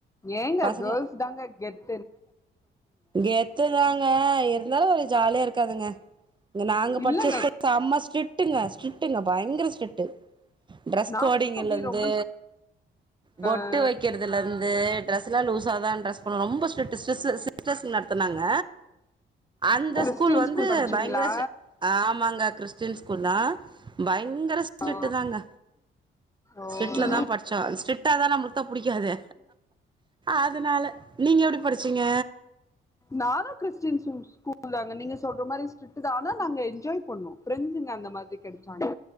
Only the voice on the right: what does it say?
பசங்க
கெத்து தாங்க இருந்தாலும் ஒரு ஜாலியா இருக்காது துங்க இங்க நாங்க படிச்ச
ஸ்கூல் செம ஸ்டிக்ட் ஸ்ட்ரிக்ட்டுங்க ஸ்ட்ரிக்ட்டுங்க பயங்கர ஸ்ட்ரிட்டு ட்ரெஸ்
கோடிங்லேருந்து
பொட்டு
வைக்கிறதுலேருந்து ட்ரெஸ்லாம் லூஸாக தான் ட்ரெஸ் ரொம்ப ஸ்ரிக்ட்டு சிஸ் சிஸ்டர்ஸ் நடத்தனாங்க அந்த
ஸ்கூல் வந்து
பயங்கர ஆமாங்க கிறிஸ்டின் ஸ்கூல்ல தான் பயங்க ஸ்ரிக்ட்
தாங்க
பயங்கர ஸ்டரிக்ட் தான் நமக்கு பிடிக்காதே அதனால எப்டி படிச்சீங்க